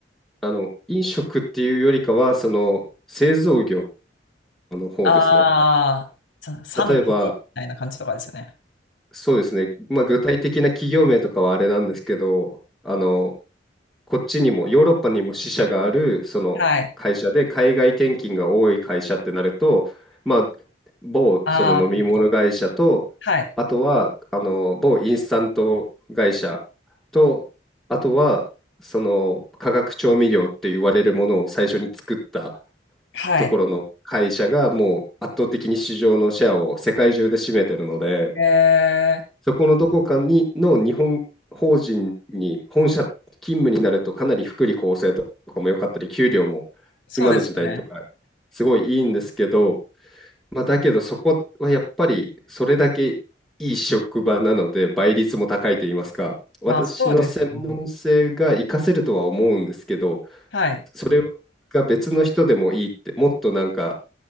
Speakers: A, in the centre; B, on the left.
A: あの、飲食っていうよりかは、その製造業の方ですね。
B: ああ、そサントリーみたいな感じとかですよね。
A: 例えば、そうですね、まあ、具体的な企業名とかはあれなんですけど、あの、こっちにも、ヨーロッパにも支社がある、その会社で、
B: はい。
A: 海外転勤が多い会社ってなると、まあ、某その飲み物会社と、
B: ああ、なるほど。はい。
A: あとは、あの、某インスタント会社と、あとは、その化学調味料って言われるものを最初に作った
B: はい。
A: ところの会社がもう圧倒的に市場のシェアを世界中で占めてるので、
B: えー、
A: そこのどこかにの日本法人に本社勤務になるとかなり福利厚生とかも良かったり給料も今の時代とかすごいいいんですけど、
B: そうですよね。
A: まあ、だけどそこはやっぱりそれだけいい職場なので倍率も高いと言いますか私の専門性が活かせるとは思うんですけど
B: まあそうですよね。はい。い
A: それが別の人でもいいってもっとなんか